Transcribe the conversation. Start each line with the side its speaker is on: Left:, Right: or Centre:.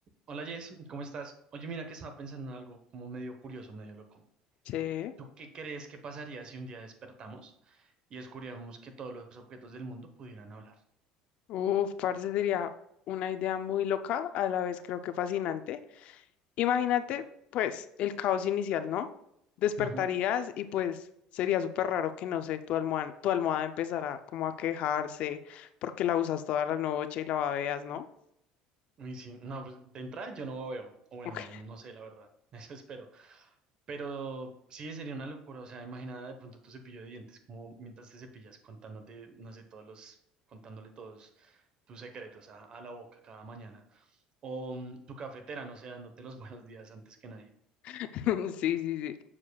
Right: Hola Jess, ¿cómo estás? Oye, mira que estaba pensando en algo como medio curioso, medio loco.
Left: Sí.
Right: ¿Tú qué crees que pasaría si un día despertamos y descubríamos que todos los objetos del mundo pudieran hablar?
Left: Uf, parce, sería una idea muy loca, a la vez creo que fascinante. Imagínate, pues, el caos inicial, ¿no? Despertarías
Right: Ujú.
Left: y pues sería súper raro que, no sé, tu almohada, tu almohada empezara como a quejarse porque la usas toda la noche y la babeas, ¿no?
Right: Y si, no, pues de entrada yo no veo, o bueno,
Left: Ok,
Right: no, no sé la verdad, <laughs> eso espero. Pero sí sería una locura, o sea, imagina de pronto tu cepillo de dientes, como mientras te cepillas contándote, no sé, todos los, contándole todos tus secretos a, a la boca cada mañana. O mm, tu cafetera, no sé, dándote los <laughs> buenos días antes que nadie.
Left: <laughs> sí, sí, sí.